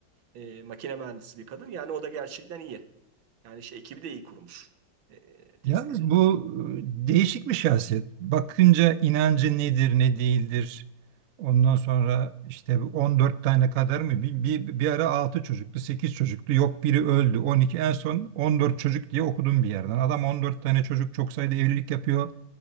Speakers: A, on the right; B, on the right.
A: e, makine mühendisi bir kadın. Yani o da gerçekten iyi. Yani şey, ekibi de iyi kurmuş. E, test.
B: Yalnız bu e, değişik bir şahsiyet. Bakınca inancı nedir, ne değildir. Ondan sonra işte bu 14 tane kadar mı? Bir, bir, bir ara 6 çocuktu, 8 çocuktu. Yok biri öldü. 12 en son 14 çocuk diye okudum bir yerden. Adam 14 tane çocuk çok sayıda evlilik yapıyor.